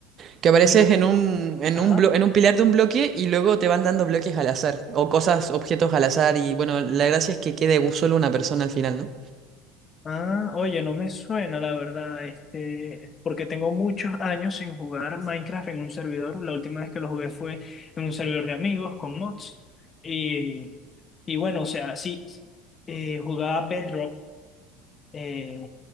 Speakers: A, on the right; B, on the left.
A: que apareces
B: Uy, no-
A: en un, en
B: Ajá.
A: un, blo- en un pilar de un bloque y luego te van dando bloques al azar, o cosas, objetos al azar, y bueno, la gracia es que quede un- solo una persona al final, ¿no?
B: Ah, oye, no me suena la verdad, este, porque tengo muchos años sin jugar Minecraft en un servidor. La última vez que lo jugué fue en un servidor de amigos con mods. Y, y bueno, o sea, sí, eh, jugaba Bedrock. eh,